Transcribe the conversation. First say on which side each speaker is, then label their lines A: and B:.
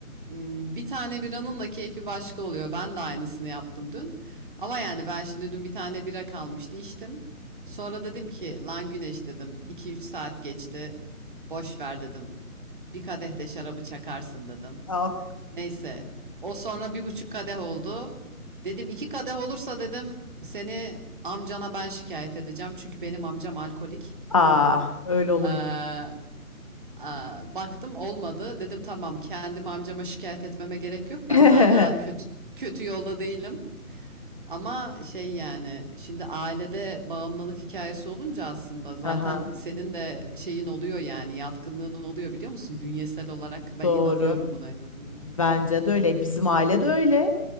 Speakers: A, on the right (about 35°); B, on the left (about 25°).
A: ımm, bir tane biranın da keyfi başka oluyor. Ben de aynısını yaptım dün ama yani ben şimdi dün bir tane bira kalmıştı, içtim. Sonra dedim ki, "Lan Güneş," dedim, iki üç saat geçti. Boş ver," dedim, "bir kadeh de şarabı çakarsın," dedim.
B: Ah,
A: Neyse. O sonra bir buçuk kadeh oldu. Dedim iki kadeh olursa dedim seni amcana ben şikayet edeceğim. Çünkü benim amcam alkolik.
B: Aa, öyle olunca.
A: Ee, aa, baktım olmadı. Dedim tamam kendim amcama şikayet etmeme gerek yok.
B: <laughs>
A: Ben hala kötü kötü yolda değilim. Ama şey yani şimdi ailede bağımlılık hikayesi olunca aslında zaten
B: Aha,
A: senin de şeyin oluyor yani yatkınlığın oluyor biliyor musun? Bünyesel olarak ben
B: doğru.
A: inanıyorum buna en azından.
B: Bence de öyle. Bizim aile de öyle.